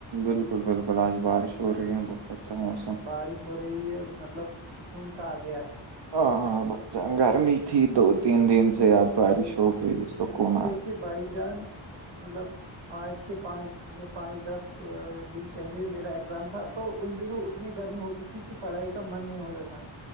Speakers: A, on the right; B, on the right.
A: بالکل بالکل آج بارش ہو رہی ہے بت اچھا ہاں
B: بارش ہو رہی ہے مطلب سکون سا آ گیا ہے
A: ہاں ہاں گرمی تھی دو تین دن سے آپ بارش ہو گئیکون آئے
B: کہ بھائی جان مطلب آج سے پانچ پانچ دس دن پہلے میرا ایگزام تھا تو ان دنوں اتنی گرمی ہوتی تھی کہ پڑھائی کا من نہیں ہوتا تھا